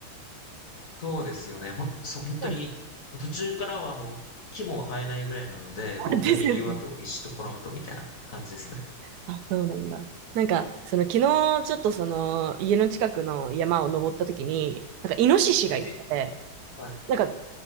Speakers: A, on the left; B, on the right.
A: そうですよね。ほん、そ、本当に、
B: いないです
A: もう途中からはもう木も生えないぐらいなので、
B: あですよね。
A: 本当に岩と石とコロンとみたいな感じですね。
B: <laughs> あ、そうなんだ。なんか、その昨日、ちょっとその、家の近くの山を登った時に、なんか、イノシシがいて、
A: え、はい、
B: なんか、